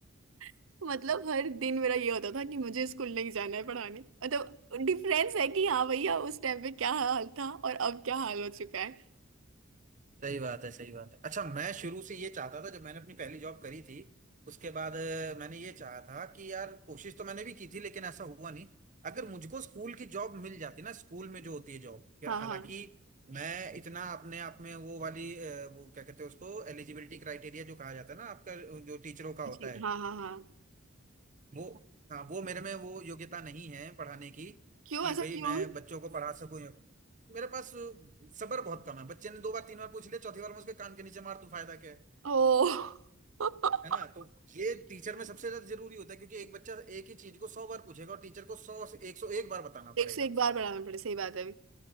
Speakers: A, on the right (about 80°); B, on the right (about 40°).
A: <laughs> मतलब हर दिन मेरा ये होता था कि मुझे स्कूल नहीं जाना है पढ़ाने मतलब डिफरेंस है कि हाँ भैया उस टाइम पे क्या हाल था और अब क्या हाल हो चुका है
B: सही बात है सही बात है अच्छा मैं शुरू से ये चाहता था जब मैंने अपनी पहली जॉब करी थी उसके बाद अ, मैंने ये चाहा था कि यार कोशिश तो मैंने भी की थी लेकिन ऐसा हुआ नहीं अगर मुझको स्कूल की जॉब मिल जाती ना स्कूल में जो होती है जॉब या-
A: हाँ
B: हालांकि
A: हाँ
B: मैं इतना अपने आप में वो वाली अ, वो क्या कहते हैं उसको एलिजिबिलिटी क्राइटेरिया जो कहा जाता है ना आपका जो टीचरों का
A: teaching,
B: होता है
A: हाँ हाँ हाँ
B: वो हाँ वो मेरे में वो योग्यता नहीं है पढ़ाने की
A: क्यों
B: कि
A: ऐसा
B: भाई
A: क्यों
B: मैं बच्चों को पढ़ा सकूं या- मेरे पास सब्र बहुत कम है बच्चे ने दो बार तीन बार पूछ लिया चौथी बार मैं उसके कान के नीचे मार तू फायदा क्या है
A: ओ <laughs>
B: है ना तो ये टीचर में सबसे ज्यादा जरूरी होता है क्योंकि एक बच्चा एक ही चीज को सौ बार पूछेगा और टीचर को सौ से एक सौ एक बार बताना
A: एक
B: पड़ेगा
A: से एक बार पढ़ाना पड़े सही बात है